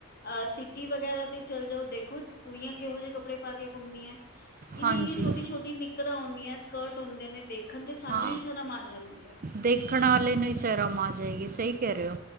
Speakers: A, on the left; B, on the right.
A: ਅ ਸਿਟੀ ਵਗੈਰਾ ਤੇ ਚੱਲ ਜਾਓ ਦੇਖੋ ਕੁੜੀਆਂ ਕਿਹੋ ਜਿਹੇ ਕੱਪੜੇ ਪਾ ਕੇ ਘੁੰਮਦੀਆਂ? ਇੰਨੀ
B: ਹਾਂਜੀ
A: ਇੰਨੀ ਛੋਟੀ ਛੋਟੀ ਨਿਕਰਾਂ ਹੁੰਦੀਆਂ ਸਕਰਟ ਹੁੰਦੇ ਨੇ ਦੇਖਣ ਤੇ ਸਾਨੂੰ
B: ਹਾਂ
A: ਹੀ ਸ਼ਰਮ ਆ ਜਾਂਦੀ ਹੈ।
B: ਦੇਖਣ ਵਾਲੇ ਨੂੰ ਹੀ ਸ਼ਰਮ ਆ ਜਾਏਗੀ ਸਹੀ ਕਹਿ ਰਹੇ ਹੋ।